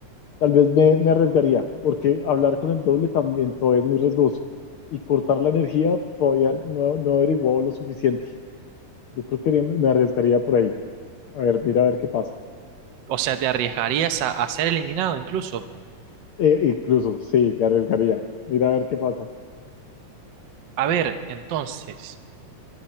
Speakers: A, on the left; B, on the right.
A: tal vez me, me arriesgaría, porque hablar con el doble también todavía es muy riesgoso. Y cortar la energía todavía no, no he averiguado lo suficiente. Yo creo que me me arriesgaría por ahí. A ver, mira a ver qué pasa.
B: O sea, te arriesgarías a, a ser eliminado incluso.
A: Eh, incluso, sí, me arriesgaría. Mira a ver qué pasa.
B: A ver, entonces,